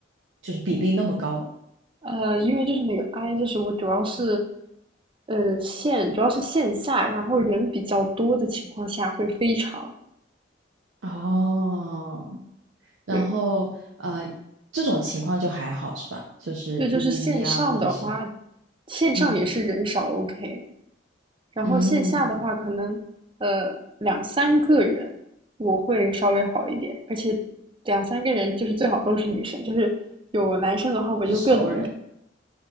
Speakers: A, on the right; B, on the right.
A: 就是比例那么高
B: 呃，因为就是那个 I，就是我主要是呃线，主要是线下，然后人比较多的情况下会非常，
A: 哦。然后呃，
B: 对
A: 这种情况就还好是吧？就是一
B: 对，就是线上的话，
A: v 一啊，或者是
B: 线上也是人少，OK。
A: 嗯
B: 然后线下的话，
A: 嗯，
B: 可能呃两三个人我会稍微好一点，而且两三个人就是最好都是女生，就是有男生的话我就更，
A: 是熟人，